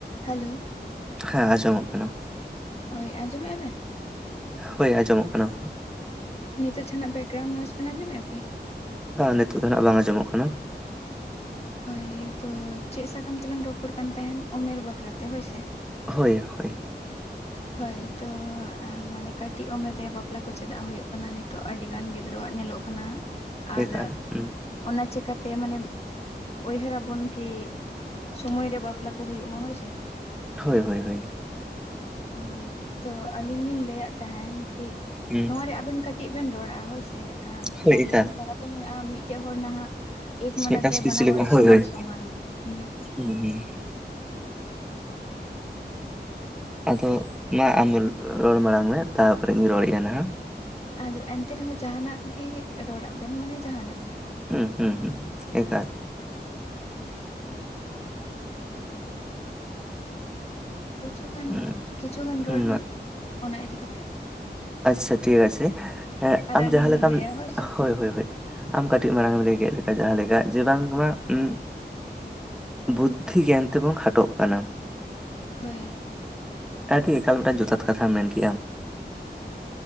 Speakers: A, on the left (about 35°); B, in the centre.
A: Hello
B: ᱦᱮᱸ ᱟᱸᱡᱚᱢᱚᱜ ᱠᱟᱱᱟ
A: ᱦᱳᱭ ᱟᱸᱡᱚᱢᱮᱫᱼᱟ ᱵᱮᱱ
B: ᱦᱳᱭ ᱟᱸᱡᱚᱢᱚᱜ ᱠᱟᱱᱟ
A: ᱱᱤᱛᱚᱜ ᱡᱟᱦᱱᱟᱜ ᱡᱟᱣ ᱱᱚᱚᱭᱡᱽ ᱵᱮᱱ ᱟᱡᱚᱢᱮᱫ ᱠᱤ
B: ᱱᱤᱛᱚᱜ ᱫᱚ ᱱᱟᱜ ᱵᱟᱝ ᱟᱸᱡᱚᱢᱚᱜ ᱠᱟᱱᱟ
A: ᱦᱳᱭ ᱛᱚ ᱪᱮᱫ ᱥᱟᱠᱟᱢ ᱛᱮᱞᱟᱝ ᱨᱚᱯᱚᱲ ᱠᱟᱱ ᱛᱟᱦᱮᱱ ᱩᱢᱮᱨ ᱵᱟᱠᱷᱨᱟ ᱛᱮ ᱦᱳᱭ ᱥᱮ
B: ᱦᱳᱭ ᱦᱳᱭ
A: ᱦᱳᱭ ᱛᱚ ᱢᱟᱱᱮ ᱠᱟᱹᱴᱤᱡ ᱩᱢᱮᱨ ᱨᱮ ᱵᱟᱯᱞᱟ ᱠᱚ ᱪᱮᱫᱟᱜ ᱦᱩᱭᱩᱜ ᱠᱟᱱᱟ ᱱᱤᱛᱚᱜ ᱟᱹᱰᱤ ᱜᱟᱱ ᱜᱤᱫᱽᱨᱟᱹᱣᱟᱜ ᱧᱮᱞᱚᱜ ᱠᱟᱱᱟ ᱠᱟᱱᱟ ᱟᱨ
B: ᱮᱠᱟᱞ ᱦᱩᱸ,
A: ᱚᱱᱟ ᱪᱤᱠᱟᱹᱛᱮ ᱢᱟᱱᱮ ᱩᱭᱦᱟᱹᱨᱟᱵᱚᱱ ᱠᱤ ᱥᱳᱢᱚᱭ ᱨᱮ ᱵᱟᱯᱞᱟ ᱠᱚ ᱦᱩᱭᱩᱜ ᱢᱟ ᱦᱳᱭ ᱥᱮ
B: ᱦᱳᱭ ᱦᱳᱭ ᱦᱳᱭ
A: ᱦᱳᱭ ᱛᱚ ᱟᱹᱞᱤᱧ ᱞᱤᱧ ᱞᱟᱹᱭᱫ ᱛᱟᱦᱮᱱ ᱠᱤ
B: ᱦᱩᱸ,
A: ᱱᱚᱣᱟᱣᱟᱨᱮ ᱟᱵᱮᱱ ᱠᱟᱹᱴᱤᱡ ᱠᱟᱹᱴᱤᱡ ᱵᱮᱱ ᱨᱚᱲᱟᱼᱟ ᱦᱳᱭᱥᱮ
B: ᱦᱳᱭ
A: ᱜᱟᱭᱤᱰ
B: ᱮᱠᱟᱞ
A: ᱞᱟᱭᱤᱱᱥ ᱫᱟᱨᱟᱛᱮ ᱢᱮᱱᱟᱜᱼᱟ ᱢᱤᱫᱴᱮᱡ ᱦᱚᱲ ᱱᱟᱦᱟᱜ ᱮᱠ ᱢᱤᱱᱤᱴ
B: ᱢᱤᱫᱴᱟᱝ
A: ᱨᱮ
B: ᱥᱯᱤᱪ
A: ᱵᱟᱱᱟ
B: ᱞᱮᱠᱟ
A: ᱦᱚᱲ
B: ᱦᱳᱭ
A: ᱥᱚᱢᱟᱱ
B: ᱦᱳᱭ
A: ᱥᱚᱢᱟᱱ ᱦᱮ
B: <unintelligible> ᱟᱫᱚ ᱢᱟ ᱟᱢ ᱨᱚᱲ ᱢᱟᱲᱟᱝ ᱢᱮ ᱛᱟᱯᱚᱨᱮᱧ ᱨᱚᱲᱮᱫᱼᱟ ᱱᱟᱦᱟᱜ
A: ᱟᱫᱚ ᱮᱱᱛᱮ ᱨᱮᱦᱚᱸ ᱡᱟᱦᱟᱱᱟᱜ ᱜᱮ ᱨᱚᱲᱟᱜ ᱵᱮᱱ ᱢᱟᱱᱮ ᱡᱟᱦᱟᱱᱟᱜ ᱜᱮ
B: ᱦᱩᱸ ᱦᱩᱸ ᱦᱩᱸ ᱮᱠᱟᱞ
A: ᱠᱤᱪᱷᱩᱜᱟᱱ
B: ᱦᱩᱸ
A: ᱠᱤᱪᱷᱩᱜᱟᱱ ᱨᱚᱲ
B: ᱦᱩᱸ
A: ᱵᱮᱱ ᱚᱱᱟ ᱤᱫᱤ ᱠᱟᱛᱮᱫ
B: ᱟᱪᱪᱷᱟ ᱴᱷᱤᱠ ᱟᱪᱷᱮᱸ
A: ᱟᱨ
B: ᱟᱢ
A: ᱟᱹᱞᱤᱧ
B: ᱡᱟᱦᱟᱸ
A: ᱞᱤᱧ
B: ᱞᱮᱠᱟᱢ
A: ᱞᱟᱹᱭᱟ ᱥᱮ
B: ᱦᱳᱭ ᱦᱳᱭ ᱦᱳ ᱟᱢ ᱠᱟᱹᱴᱤᱡ ᱢᱟᱲᱟᱝ ᱮᱢ ᱞᱮ ᱜᱮᱫ ᱞᱮᱠᱟ ᱡᱟᱦᱟᱸ ᱞᱮᱠᱟ ᱡᱮ ᱵᱟᱝ ᱢᱟ ᱩᱸ ᱵᱩᱫᱽᱫᱷᱤ ᱜᱮᱭᱟᱱ ᱛᱮᱵᱚᱱ ᱠᱷᱟᱴᱚᱜ ᱠᱟᱱᱟ
A: ᱦᱳᱭ
B: ᱟᱹᱰᱤ ᱮᱠᱟᱞ ᱢᱤᱫᱴᱟᱝ ᱡᱚᱛᱷᱟᱛ ᱠᱟᱛᱷᱟᱢ ᱢᱮᱱ ᱠᱮᱫᱮᱜᱼᱟ ᱮᱸ